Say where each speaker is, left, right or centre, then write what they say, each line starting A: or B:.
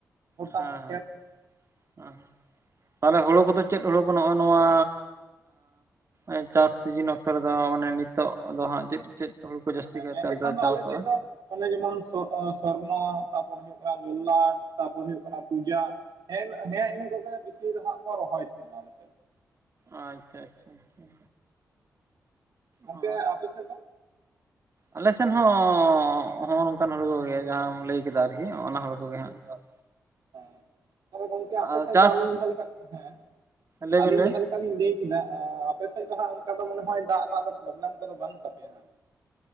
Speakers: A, on the right (about 70°); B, on the right (about 45°).
A: ᱜᱚᱴᱟ
B: ᱦᱮᱸ ᱦᱮᱸ
A: ᱠᱷᱮᱛ
B: ᱦᱮᱸ᱾ ᱢᱟᱱᱮ ᱦᱳᱲᱳ ᱠᱚᱫᱚ ᱪᱮᱫ ᱦᱳᱲᱳ ᱠᱚ ᱱᱚᱜ-ᱚ ᱱᱚᱣᱟ ᱟᱸᱻ᱾ ᱪᱟᱥ ᱥᱤᱡᱤᱱ ᱚᱠᱛᱚ ᱨᱮᱫᱚ ᱢᱟᱱᱮ ᱱᱤᱛᱚᱜ ᱫᱚ ᱦᱟᱸᱜ ᱪᱮᱫ ᱪᱮᱫ ᱦᱚᱲᱩ ᱠᱚ ᱡᱟᱹᱥᱛᱤ
A: ᱦᱮᱸ
B: ᱠᱟᱭᱛᱮ
A: ᱢᱮᱱ ᱞᱮᱠᱷᱟᱱ
B: ᱚᱱᱛᱮ ᱫᱚ ᱪᱟᱥᱚᱜ-ᱟ?
A: ᱟᱞᱮ ᱥᱮᱫ ᱫᱚ ᱚᱱᱮ ᱡᱮᱢᱚᱱ ᱥᱚ-ᱥᱚᱨᱱᱚ ᱛᱟᱯᱚᱨᱮ ᱦᱩᱭᱩᱜ ᱠᱟᱱᱟ ᱞᱚᱞᱞᱟᱴ ᱛᱟᱯᱚᱨ ᱦᱩᱭᱩᱜ ᱠᱟᱱᱟ ᱯᱩᱡᱟ। ᱦᱮᱸ ᱦᱮᱸ ᱤᱱᱟᱹ ᱠᱚᱜᱮ ᱵᱮᱥᱤ ᱫᱚ ᱦᱟᱸᱜ ᱠᱚ ᱨᱚᱦᱚᱭ ᱛᱟᱦᱮᱱᱟ ᱟᱞᱮ ᱥᱮᱜ᱾
B: ᱟᱪᱪᱷᱟ ᱟᱪᱪᱷᱟ ᱟᱪᱪᱷᱟ᱾
A: ᱜᱚᱝᱠᱮ
B: ᱚᱻ᱾
A: ᱟᱯᱮ ᱥᱮᱫ ᱫᱚ
B: ᱟᱞᱮ ᱥᱮᱱ ᱦᱚᱸ ᱦᱚᱜ-ᱚ ᱱᱚᱝᱠᱟᱱ ᱦᱩᱲᱩ ᱠᱚᱜᱮ ᱡᱟᱦᱟᱸᱢ ᱞᱟᱹᱭ ᱠᱮᱫᱟ ᱟᱨᱠᱤ ᱚᱱᱟ ᱦᱳᱲᱳ ᱠᱚᱜᱮ ᱦᱟᱸᱜ᱾ ᱪᱟᱥ᱾
A: ᱦᱮ ᱛᱟᱦᱮᱞᱮ ᱜᱚᱝᱠᱮ
B: ᱟᱨ
A: ᱟᱯᱮ ᱥᱮᱫ
B: ᱪᱟᱥ
A: ᱫᱚ ᱟᱹᱞᱤᱧ ᱡᱟᱦᱟᱸ ᱞᱮᱠᱟ ᱦᱮᱸ
B: ᱞᱟᱹᱭ
A: ᱟᱞᱤᱧ
B: ᱵᱮᱱ ᱞᱟᱹᱭ
A: ᱡᱟᱦᱟᱸ ᱞᱮ ᱠᱟ ᱞᱤᱧ ᱞᱟᱹᱭ ᱠᱮᱫᱟ ᱟᱯᱮ ᱥᱮᱜ ᱫᱚ ᱦᱟᱸᱜ ᱚᱱᱠᱟ ᱫᱚ ᱢᱚᱱᱮ ᱦᱚᱭ ᱫᱟᱜ ᱨᱮᱱᱟᱜ ᱫᱚ ᱯᱨᱚᱵᱽᱞᱮᱢ ᱠᱚᱫᱚ ᱵᱟᱹᱱᱩᱜ ᱛᱟᱯᱮᱭᱟ ᱦᱟᱸᱜ᱾ <inaudible>